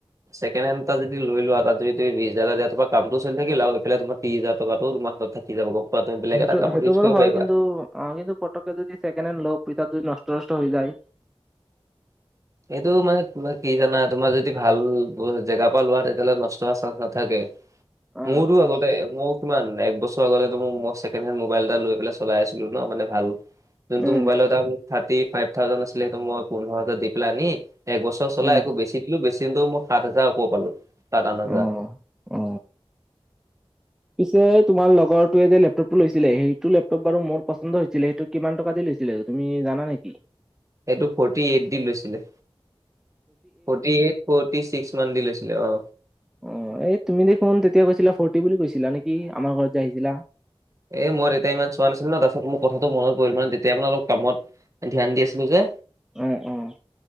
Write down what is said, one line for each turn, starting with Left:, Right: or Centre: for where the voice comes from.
Right: ছেকেণ্ড হেন্দ এটা যদি লৈ লোৱা তাত যদি তুমি বিশ হাজাৰ টকা এটা দিয়া তাত তোমাৰ কামটো চলি থাকিল আৰু ইফালে তোমাৰ ত্ৰিশ হাজাৰ টকাটো তোমাৰ হাতত থাকিল। থাকি যাব <unintelligible>
Centre: সেইটো সেইটো
Right: ইউজ
Centre: বাৰু
Right: কৰিব
Centre: হয়
Right: পাৰিবা।
Centre: কিন্তু অ কিন্তু পটকে যদি ছেকেণ্ড হেণ্ডলওঁ পিছত যদি নষ্ট নষ্ট হৈ যায়।
Right: এইটো মানে তোমাৰ কি জানা তোমাৰ যদি ভাল জেগাৰ পৰা লোৱা তেতিয়াহ'লে নষ্ট হোৱাৰ চান্স নাথাকে।
Centre: অ
Right: মোৰতো আগতে মোক, কিমান এক বছৰ আগতে মই ছেকেণ্ড হেণ্ড মোবাইল এটা লৈ পেলাই চলাই আছিলো ন মানে ভাল। যোনটো
Centre: উম
Right: মোবাইলত দাম থাৰটী ফাইভ থাউজেণ্ড আছিলে সেইটো মই পোন্ধৰ হাজাৰ দি পেলাই আনি। এক বছৰ চলাই
Centre: উম
Right: আকৌ বেছি দিলো বেছি মই সাত হাজাৰ ওপৰ পালো সাত আঠ হাজাৰ।
Centre: অ অ, পিছে তোমাৰ লগৰ টোৱে যে লেপটপ টো লৈছিলে সেইটো লেপটপ বাৰু মোৰ পচন্দ হৈছিলে সেইটো, কিমান টকা দি লৈছিলে তুমি জানা নেকি।
Right: এইটো ফৰ্টি এইট দি লৈছিলে ফৰ্টি এইট, ফৰ্টি ছিক্স মান দি লৈছিলে অ,
Centre: অ এই তুমি দেখোন তেতিয়া কৈছিলা ফৰটি বুলি কৈছিলা নেকি আমাৰ ঘৰত যে আহিছিলা।
Right: এ মই তেতিয়া ইমান চোৱা নাছিলোঁ ন তাৰ পিছত মোৰ কথাটো মনত পৰিল মানে তেতিয়া মানে অলপ কামত। ধ্যান দি আছিলো যে।
Centre: অঁ অঁ